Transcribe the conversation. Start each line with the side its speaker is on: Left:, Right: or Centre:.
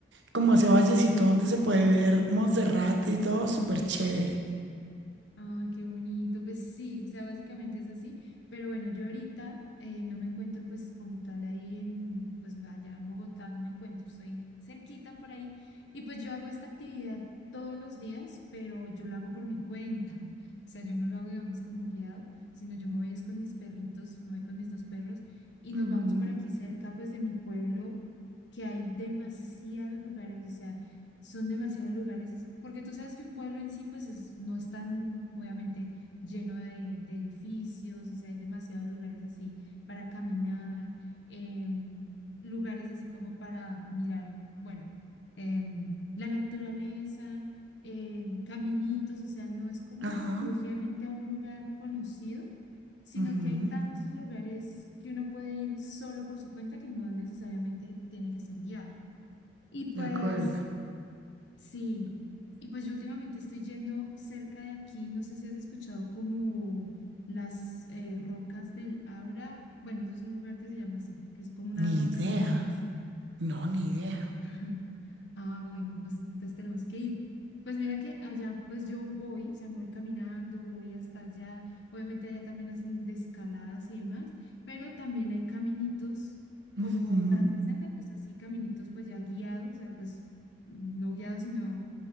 Right: como a ese vallecito donde se puede ver Monserrate y todo, súper chévere.
Left: ah, qué bonito. Pues sí, o sea, básicamente es así. Pero bueno, yo ahorita eh, no me encuentro pues como tal ahí en, pues allá en Bogotá, no me encuentro, soy cerquita por ahí. Y pues yo hago esta actividad todos los días, pero yo lo hago por mi cuenta. O sea, yo no lo hago, digamos, como guiado, sino yo me voy es con mis perritos, me voy con mis dos perros y
Right: Ujú,
Left: nos vamos por aquí cerca pues de mi pueblo, que hay demasiados lugares, o sea. Son demasiados lugares, es- porque tú sabes que un pueblo en sí, pues es- no es tan, obviamente, lleno de, de edificios, o sea, hay demasiados lugares así para caminar, em, lugares así como para mirar, bueno, em, la naturaleza, em, caminitos, o sea, no es como
Right: Ajá.
Left: propiamente a un lugar conocido, sino
Right: Ujú,
Left: que hay tantos lugares que uno puede ir solo por su cuenta que no necesariamente tiene que ser guiado. Y pues
Right: de acuerdo.
Left: Sí, y pues yo últimamente estoy yendo cerca de aquí, no sé si has escuchado como las eh, rocas del Abra, bueno, eso es un lugar que se llama así, que son como unas
Right: Ni
Left: rocas
Right: idea.
Left: gigantes. <clears throat>
Right: No, ni idea.
Left: <laughs> Ah, bueno, pues entonces tenemos que ir. Pues mira que allá pues yo voy, o sea, me voy caminando, voy hasta allá, obviamente allá también hacen de escaladas y demás, pero también hay caminitos
Right: Ujú,
Left: como para hacer senderos, así caminitos pues ya guiados, o sea, pues no guiados, sino